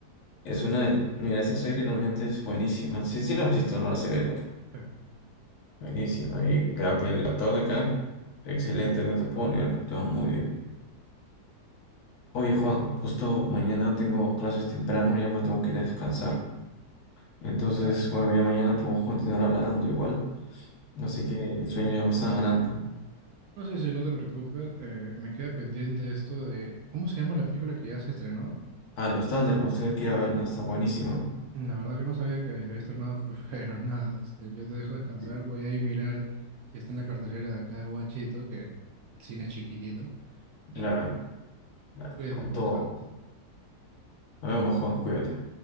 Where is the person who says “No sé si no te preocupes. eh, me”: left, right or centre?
Right